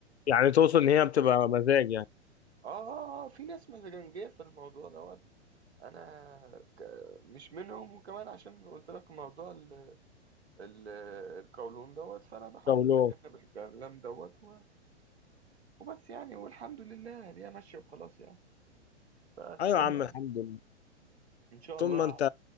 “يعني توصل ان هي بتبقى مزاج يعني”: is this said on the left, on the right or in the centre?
Left